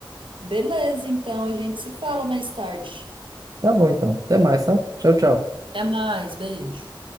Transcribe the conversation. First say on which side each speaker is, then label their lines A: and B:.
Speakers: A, on the right (about 75°); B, on the right (about 45°).
A: Beleza, então a gente se fala mais tarde.
B: Tá bom, então. Até mais, tá? Tchau, tchau.
A: Até mais, beijo.